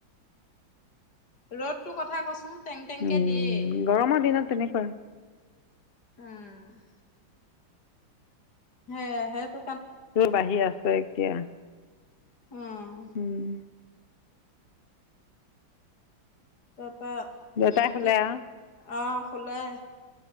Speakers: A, on the left; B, on the left.
A: ৰ'দটো কথা কচোন টেং
B: উম,
A: টেংকে দিয়ে।
B: গৰমৰ দিনত তেনেকুৱা
A: উম'। হে সেই টো
B: তোৰ বাঢ়ি আছে এতিয়া।
A: উম।
B: উম।
A: তাৰপৰা
B: দেউতাই শুলে
A: কি
B: আৰু
A: অঁ শুলে।